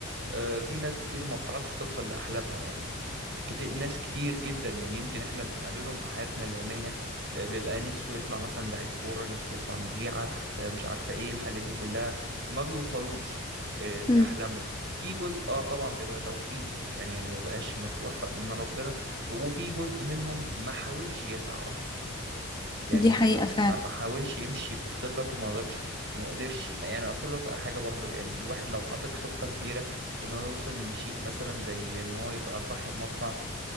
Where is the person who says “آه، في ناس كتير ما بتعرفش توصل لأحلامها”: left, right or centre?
Right